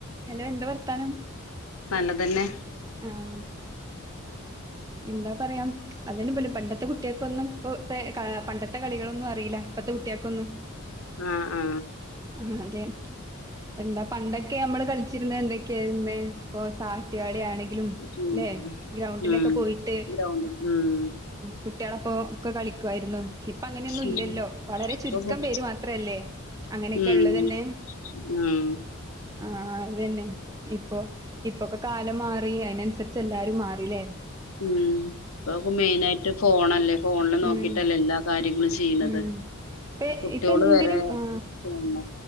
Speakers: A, on the right; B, on the left.
A: ഹലോ എന്താ വർത്താനം?
B: നല്ലതന്നെ
A: ആഹ് എന്താ പറയാം അതു പോലും പണ്ടത്തെ കുട്ടികൾക്കൊന്നും ഇപ്പ പണ്ടത്തെ കളികളൊന്നും അറിയില്ല ഇപ്പ കുട്ടിയക്കൊുന്നു
B: ആഹ ആഹ
A: ആഹ അതെ എന്താ പണ്ടൊക്കെ നമ്മള് കളിച്ചിരുന്ന എന്തൊക്കെയായിന്നെ ഇപ്പൊ സാറ്റുകളി ആാണ്
B: ഉം
A: ല്ല ഗ്രൗണ്ടിലൊക്കെ
B: ഉം
A: പോയിട്ട്
B: ഗ്രൗണ്ട് ഉം
A: കുട്ടികള അപ്പൊ ഒക്കെ കളിക്കുയിരുന്നു ഇപ്പ അങ്ങനെയൊന്നും
B: ഉം
A: ഇല്ലല്ലോ വളരെ ചുരുക്കം
B: ഇപ്പൊ
A: പേര് മാത്രല്ലേ അങ്ങനെയൊക്കെ
B: ഉം
A: ഉള്ളത് തന്നെ
B: ഉം!
A: ആഹ അത്തന്നെ ഇപ്പൊ ഇപ്പൊക്കെ കാലം മാറി അതിനനുസരിച്ച് എല്ലാരും മാറല്ലേ
B: ഉം ഇപ്പൊ മെയിന ആയിട്ട് ഫോണല്ലേ ഫോണില് നോക്കിട്ടല്ലേ
A: ഉം
B: എല്ലാ കാര്യങ്ങളും ചെയ്യണത്
A: ഉം ഇപ്പ
B: കുട്ടിയോള്
A: ഇപ്പ എന്തിനും
B: വരെ
A: ആ
B: ഫോണിലാ